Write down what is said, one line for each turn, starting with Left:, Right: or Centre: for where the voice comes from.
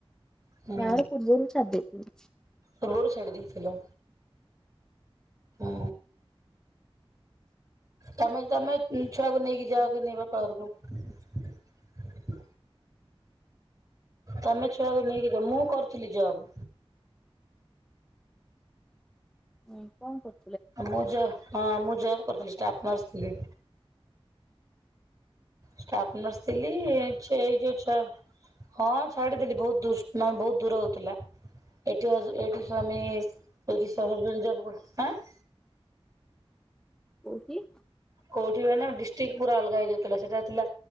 Right: ହୁଁ
Centre: ବାହାଘର ପୂର୍ବରୁ ଛାଡିଦେଇଥିଲି।
Right: ପୂର୍ବରୁ ଛାଡିଦେଇଥିଲ? ହୁଁ। ତମେ-ତମେ ଛୁଆକୁ ନେଇକି ଯାଅ କି ନାଇଁ ବାପା ଘରକୁ? ତମେ ଛୁଆକୁ ନେଇକି ମୁଁ କରୁଥିଲି ଜବ୍।
Centre: ହୁଁ କଣ କରୁ
Right: ମୁଁ ଜବ ହଁ ମୁଁ ଜବ୍ କରିଥିଲି ଷ୍ଟାଫ୍ ନର୍ସ ଥିଲି। ଷ୍ଟାଫ୍ ନର୍ସ ଥିଲି। ଛେଇ ଯୋଉ ଛା ହଁ ଛାଡିଦେଲି ବହୁତ ଦୁଶ ବହୁତ ଦୂର ହଉଥିଲା। ଏଠି ହଜ୍ ଏଠି ସ୍ୱାମୀ <unintelligible>
Centre: କୋଉଠି?
Right: କୋଉଠି ମାନେ ଡିଷ୍ଟ୍ରିକ୍ ପୁରା ଅଲଗା ହେଇଯାଉଥିଲା। ସେଟା ଥିଲା